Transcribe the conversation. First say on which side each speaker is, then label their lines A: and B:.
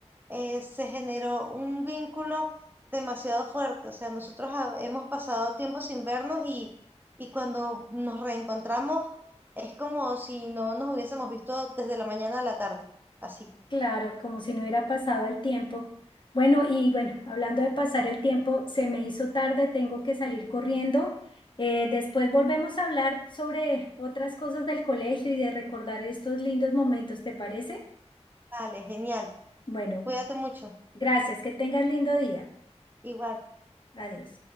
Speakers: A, on the right (about 15°); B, on the left (about 45°).
A: eh, se generó un vínculo demasiado fuerte. O sea, nosotros ha- hemos pasado tiempo sin vernos y, y cuando nos reencontramos es como si no nos hubiésemos visto desde la mañana a la tarde, así.
B: Claro, como si no hubiera pasado el tiempo. Bueno, y bueno, hablando de pasar el tiempo, se me hizo tarde, tengo que salir corriendo. Eh, después volvemos a hablar sobre otras cosas del colegio y de recordar estos lindos momentos, ¿te parece?
A: Vale, genial.
B: Bueno,
A: Cuídate mucho.
B: gracias, que tengas lindo día.
A: Igual.
B: Adiós.